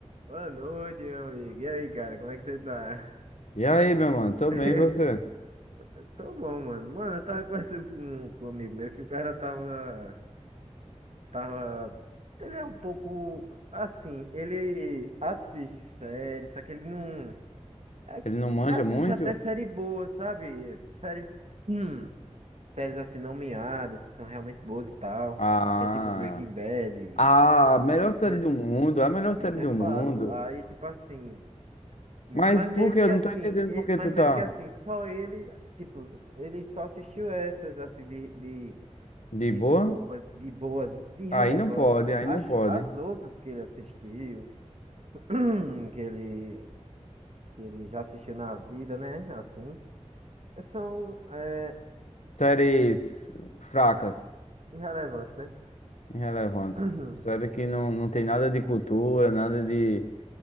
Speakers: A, on the right (about 65°); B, on the left (about 75°).
A: Boa noite, meu amigo. E aí, cara, como é que você tá?
B: E aí, meu mano? Tô
A: <laughs>
B: bem, e você?
A: Tô bom, mano. Mano, eu tava conversando com, com um amigo meu que o cara tava, tava. Ele é um pouco assim, ele assiste séries, só que ele não. é
B: Ele não manja
A: ele assiste
B: muito?
A: até série boa, sabe? Séries. Hum, séries assim, não miadas, que são realmente boas e tal.
B: Ah,
A: Que é tipo Breaking Bad.
B: ah, a melhor
A: Isso
B: série
A: é,
B: do mundo, a melhor série
A: isso
B: do
A: é fato.
B: mundo.
A: Aí, tipo assim. Mas
B: Mas por
A: meio
B: que?
A: que
B: Eu
A: assim,
B: não tô entendendo
A: e-
B: por que
A: mas
B: tu
A: meio
B: tá
A: que assim, só ele, tipo, ele só assistiu essas assim de, de,
B: de
A: de
B: boa.
A: boas, de boas, de, de relevantes.
B: Aí não pode, aí
A: As,
B: não pode.
A: as outras que ele assistiu, <clears throat> que ele, que ele já assistiu na vida, né? Assim, são é,
B: Séries fracas,
A: irrelevantes, né?
B: irrelevantes.
A: <clears throat>
B: Série que não, não tem nada de cultura, nada de,